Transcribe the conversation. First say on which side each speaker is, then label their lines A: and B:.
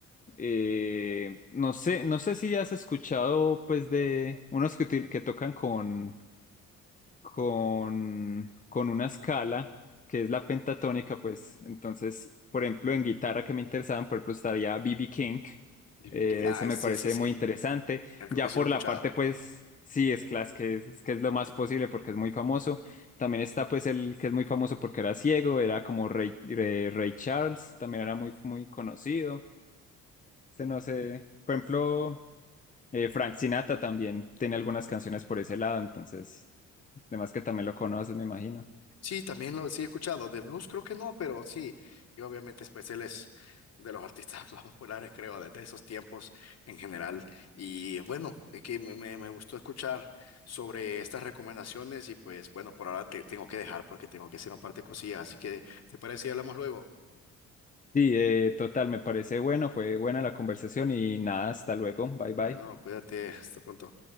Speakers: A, on the left; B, on the left.
A: eh, no sé, no sé si has escuchado pues de unos que, util- que tocan con, con, con una escala que es la pentatónica, pues entonces, por ejemplo, en guitarra que me interesaban, por ejemplo, estaría B.B. King,
B: B.B.
A: eh,
B: King, ah,
A: ese me
B: sí,
A: parece
B: sí, sí.
A: muy interesante,
B: Eh, Creo
A: ya
B: que sí
A: por
B: lo he escuchado.
A: la parte, pues, sí, es class, que es, que es lo más posible porque es muy famoso, también está, pues, el que es muy famoso porque era ciego, era como Ray, Ray- Ray Charles, también era muy, muy conocido, este no sé, por ejemplo... eh, Frank Sinatra también tiene algunas canciones por ese lado, entonces Además que también lo conoces, me imagino.
B: Sí, también lo sí he escuchado. De blues creo que no, pero sí. Y obviamente pues él es de los artistas <laughs> más populares, creo, desde esos tiempos en general. Y bueno, es que me, me- me gustó escuchar sobre estas recomendaciones y pues bueno, por ahora te tengo que dejar porque tengo que hacer un par de cosillas. Así que, ¿te parece si hablamos luego?
A: Sí, eh, total, me parece bueno, fue buena la conversación y nada, hasta luego, bye bye.
B: Bueno, cuídate, hasta pronto.